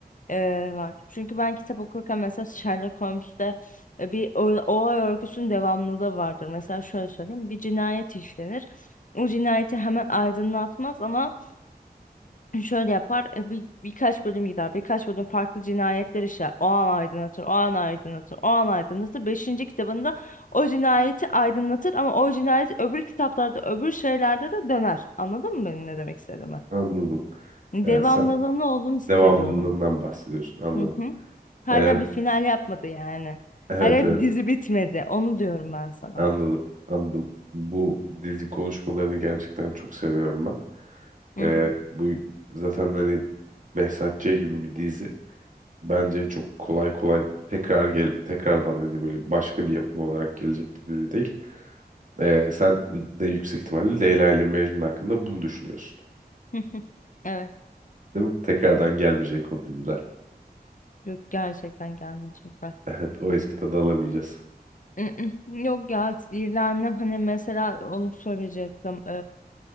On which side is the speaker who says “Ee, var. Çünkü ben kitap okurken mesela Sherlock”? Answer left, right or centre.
Left